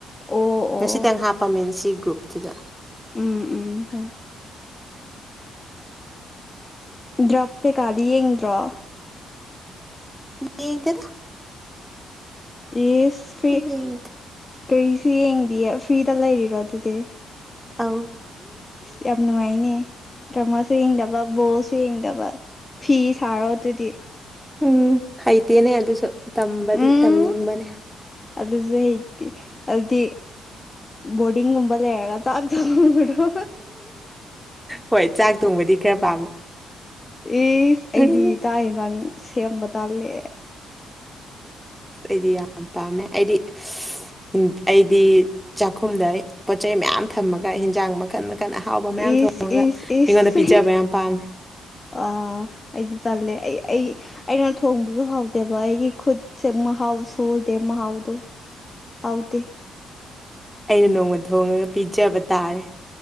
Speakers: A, on the left; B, in the centre.
A: ꯑꯣ
B: ꯉꯁꯤꯇꯪ
A: ꯑꯣ
B: ꯍꯥꯞꯄ ꯃꯤꯁꯤ ꯒ꯭ꯔꯨꯞ ꯎꯗ
A: ꯎꯝ ꯎꯝ ꯍꯣꯏ ꯗ꯭ꯔ ꯀꯗ ꯗ꯭ꯔ
B: ꯌꯦꯗꯦꯗ
A: ꯌꯦꯁ ꯐ꯭ꯔꯤ
B: ꯌꯦꯡꯗꯦ
A: ꯀꯔꯤꯁꯨ ꯌꯦꯡꯗꯌꯦ ꯐ꯭ꯔꯤꯗ ꯂꯩꯔꯤꯔꯣ ꯑꯗꯨꯗꯤ
B: ꯑꯥꯎ
A: ꯑ ꯌꯥꯝ ꯅꯨꯡꯉꯥꯏꯅꯦ ꯗ꯭ꯔꯃꯥꯁꯨ ꯌꯦꯡꯗꯕ ꯕꯣꯜꯁꯨ ꯌꯦꯡꯗꯕ ꯐ ꯊꯔꯣꯑꯣ ꯑꯗꯨꯗꯤ
B: ꯎꯝ ꯍꯩꯇꯦꯅꯦ ꯑꯗꯨꯁꯨ ꯇꯝꯕꯗꯤ
A: ꯎꯝ
B: ꯇꯝꯅꯤꯡꯕꯅꯦ
A: ꯑꯗꯨꯁꯨ ꯍꯩ ꯑꯗꯨꯗꯤ ꯕꯣꯔꯗꯤꯡꯒꯨꯝꯕ ꯂꯩꯔꯒ ꯆꯥꯛ ꯆ ꯍꯗꯣ
B: ꯍꯣꯏ ꯆꯥꯛ <unintelligible> ꯄꯥꯝꯃꯦ
A: ꯑꯦꯁ ꯑꯩꯗꯤ
B: ꯑꯁ
A: ꯇꯥ ꯌꯦꯟꯖꯥꯡ ꯁꯦꯝꯕ ꯇꯥꯜꯂꯦ
B: ꯑ ꯑꯩꯗꯤ ꯌꯥꯝ ꯄꯥꯝꯃꯦ ꯑꯩꯗꯤꯟ ꯑꯩꯗꯤ ꯆꯥꯛꯈꯨꯝꯗ ꯄꯣꯠꯆꯩ ꯃꯌꯥꯝ ꯊꯝꯃꯒ ꯍꯤꯟꯖꯥꯡ ꯃꯈꯜ ꯃꯈꯜ ꯑꯍꯥꯎꯕ ꯃꯌꯥꯝ
A: ꯑꯦꯁ
B: ꯊꯣꯡ
A: ꯑꯦꯁ ꯑꯦꯁ
B: ꯃꯤꯉꯣꯟꯗ ꯄꯤꯖꯕ ꯌꯥꯝ ꯄꯥꯝꯃꯦ
A: ꯑ ꯑꯩꯗꯤ ꯆꯜꯂꯦ ꯑꯩ ꯑꯩ ꯑꯩꯅ ꯊꯣꯡꯕꯁꯨ ꯍꯥꯎꯗꯦꯕ ꯑꯩꯒꯤ ꯈꯨꯠꯁꯦ ꯃꯍꯥꯎ ꯁꯨꯗꯦ ꯃꯍꯥꯎ ꯍꯥꯎꯗꯤ
B: ꯑꯩꯅ ꯅꯣꯡꯃ ꯊꯣꯡꯉꯒ ꯄꯤꯖꯕ ꯇꯥꯔꯦ